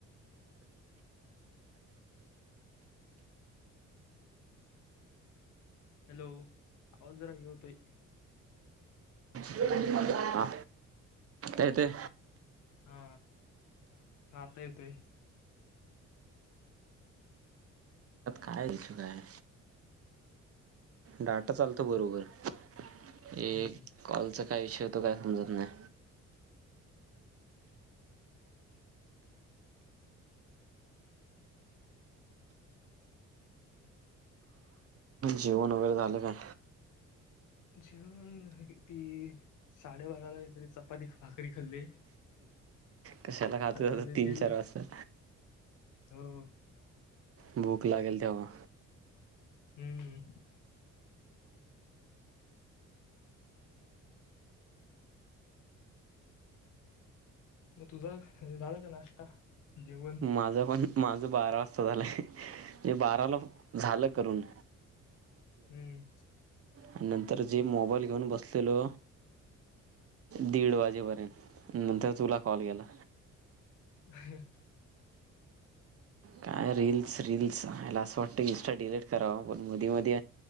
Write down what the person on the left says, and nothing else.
हॅलो आवाज जरा ये होतय
हा हा आता येतोय
हम्म
जेवण ती साडेबाराला काहीतरी चपाती भाकरी खाल्ली
आता
जेवीन
हो
हम्म मग तुझा झाला का नाश्ता जेवण
हम्म.
हम्.